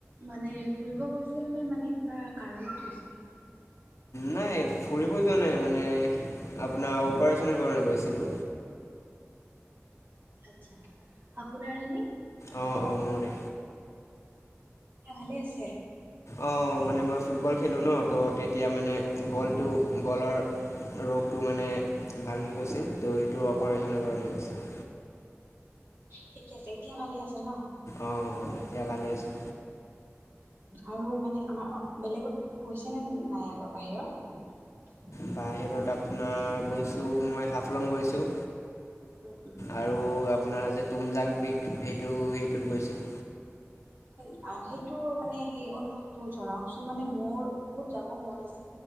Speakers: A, on the right; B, on the left.
A: মানে। ফুৰিব গৈছিল নে মানে কিবা কাৰনত গৈছিলে।
B: নাই ফুৰিব যোৱা নাই মানে আপোনাৰ অপাৰেচেনৰ কাৰণে গৈছিলো।
A: <unintelligible> আচ্ছা আপোনাৰে নে।
B: অঁ অঁ মৰে।
A: এতিয়া ভালে আছে
B: অ মানে মই ফুটবল খেলোঁ ন ত' তেতিয়া মানে গলটো গলৰ। ৰোগটো মানে ভাঙি গৈছিল ত' এইটো অপাৰেশ্যনৰ
A: অহ
B: কাৰণে গৈছিলো।
A: ঠিকে আছে এতিয়া ভালে আছে ন।
B: অ এতিয়া ভালেই আছোঁ।
A: আৰু মানে আমাৰ বেলেগত গৈছেনে নাই আৰু বাহিৰত।
B: বাহিৰত আপোনাৰ গৈছোঁ মই হাফলং গৈছোঁ।
A: উ।
B: আৰু আপোনাৰ যে তুমজাং পিক, সেইটো- সেইটোত গৈছোঁ।
A: অ' সেইটোৰ মানে সেই অনুভৱটো জনাওঁকচোন। মানে মোৰ বহুত যাব মন আছে।